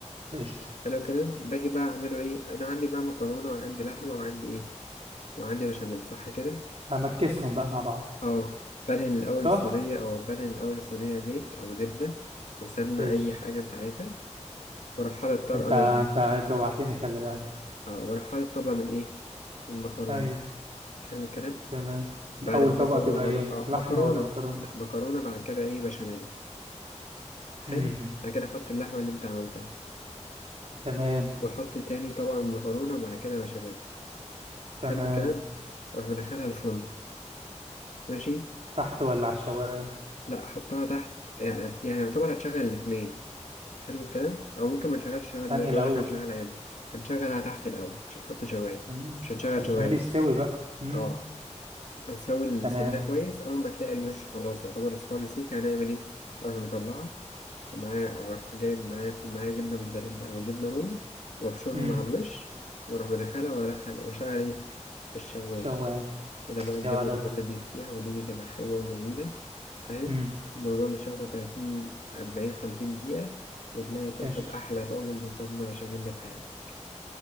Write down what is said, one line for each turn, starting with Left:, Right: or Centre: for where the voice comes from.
Right: قشطة
Left: حلو كده باجي بقى اعمله ايه انا عندي بقى مكرونه وعندي لحمه وعندي ايه وعندي بشاميل صح كده
Right: همكسهم بقى مع بعض
Left: اه بدهن الاول
Right: صح
Left: الصينيه او بدهن الاول الصينيه زيت او زبده او سمنه
Right: قشطة
Left: اي حاجه انت عايزها واروح حاطط طبقه
Right: أنت
Left: من
Right: أنت جوعتني خلي بالك
Left: اه واروح حاطط طبقه من ايه من مكرونه
Right: أيوة
Left: حلو الكلام
Right: تمام
Left: بعد
Right: أول
Left: ما
Right: طبقة
Left: احط طبقه
Right: تبقى
Left: مكرونه
Right: إيه
Left: اه
Right: لحمة
Left: مكرونه
Right: ولا مكرونة
Left: لا مكرونه بعد كده ايه بشاميل حلو
Right: امم
Left: بعد كده احط اللحمه اللي انت عملتها
Right: تمام
Left: واحط تاني طبقه من مكرونه وبعد كده بشاميل
Right: تمام
Left: حلو الكلام اروح مدخلها الفرن ماشي
Right: تحت ولا على الشوايه
Left: لا حطها تحت يعني يعني يعتبر هتشغل الاتنين حلو الكلام او ممكن ما نشغلش شوايه دلوقتي
Right: انهي الاول
Left: اقول لك هنشغلها امتى هنشغلها تحت الاول مش هنحط شوايه
Right: امم
Left: مش هنشغل
Right: عشان البشاميل
Left: شوايه
Right: يستوي بقى امم
Left: اه هنسوي الصينيه
Right: تمام
Left: كويس اول ما تلاقي الوش خلاص يعتبر اصفر رسيك هنعمل ايه اروح مطلعها معايا اروح جايب معايا يكون معايا جبنه موتزاريلا او جبنه رومي وابشرهم
Right: امم
Left: على الوش واروح مدخلها وادخل واشغل ايه الشوايه
Right: شوايه
Left: كده بقى الجبنة
Right: يا ولد
Left: الموتزاريلا دي تسيح والدنيا تبقى حلوة وجميلة فاهم
Right: امم
Left: الموضوع مش هياخد تلاتين أربعين خمسين دقيقة وتلاقي تاكل
Right: قشطه
Left: أحلى طاجن مكرونة بشاميل في حياتك